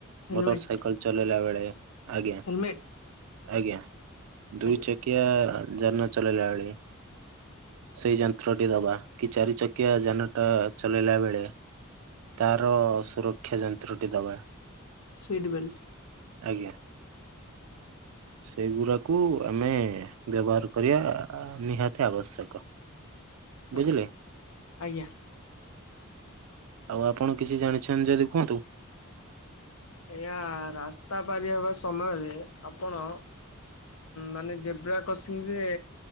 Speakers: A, on the left; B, on the right.
A: ହେଲମେଟ୍
B: ମୋଟର ସାାଇକଲ ଚଲେଇଲାବେଳେ। ହ ଆଜ୍ଞା
A: ହେଲମେଟ୍
B: ଆଜ୍ଞା ଦୁଇ
A: ଆଜ୍ଞା
B: ଚକିଆ ଯାନ ଚଲେଇଲାବେଳେ ସେଇ ଯନ୍ତ୍ରଟି ଦବା । କି ଚାରି ଚକିଆ ଯାନଟା ଚଲେଇଲା ବେଳେ, ତାର ସୁରକ୍ଷା ଯନ୍ତ୍ରଟି ଦବା।
A: ସିଟବେଲଟ।
B: ଆଜ୍ଞା ସେଇଗୁଡା କୁ ଆମେ ବ୍ୟବହାର କରିବା ନିହାତି ଆବଶ୍ୟକ। ବୁଝିଲେ।
A: ଆଜ୍ଞା ଆଜ୍ଞା
B: ଆଉ ଆପଣ କିଛି ଜାଣିଛନ୍ତି ଯଦି କୁହନ୍ତୁ?
A: ଆଜ୍ଞା ରାସ୍ତା ପାରି ହେବା ସମୟରେ ଆପଣ ମାନେ ଜେବ୍ରା କ୍ରସିଂରେ